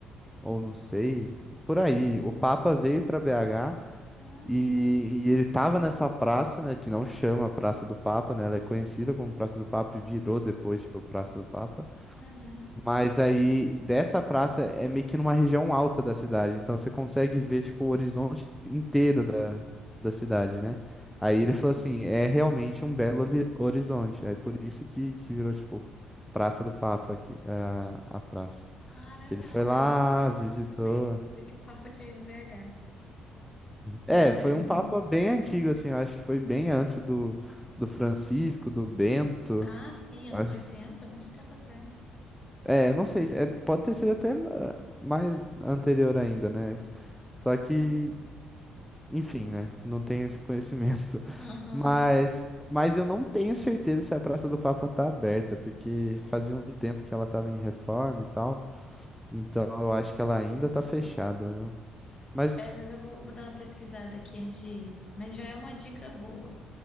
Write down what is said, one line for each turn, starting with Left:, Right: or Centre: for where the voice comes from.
Centre: ou não sei, por aí, o Papa veio para BH
Left: Hum,
Centre: e, e ele tava nessa praça, né? Que não chama Praça do Papa, né? Ela é conhecida como Praça do Papa e virou depois, tipo, Praça do Papa.
Left: uhum.
Centre: Mas aí, dessa praça é meio que numa região alta da cidade, então você consegue ver, tipo, o horizonte inteiro da, da cidade, né? Aí ele falou assim, é realmente um belo hori- horizonte, é por isso que, que virou, tipo, Praça do Papa, aqui, a, a praça.
Left: Ah, legal,
Centre: Que ele foi lá,
Left: é novidade
Centre: visitou.
Left: pra mim também. Saber que o Papa tinha ido BH. Mas.
Centre: É, foi um papa bem antigo, assim, eu acho que foi bem antes do, do Francisco, do Bento.
Left: Ah, sim, anos
Centre: eu acho-
Left: 80, muito tempo atrás.
Centre: É, não sei, é, pode ter sido até ah, mais anterior ainda, né? Só que, enfim, né? Não tenho esse conhecimento. <laughs>
Left: Aham.
Centre: Mas, mas eu não tenho certeza se a Praça do Papa tá aberta, porque fazia um tempo que ela tava em reforma e tal. Então eu acho que ela ainda tá fechada, viu? Mas
Left: É, mas eu vou, vou dar uma pesquisada aqui antes de ir. Mas já é uma dica boa.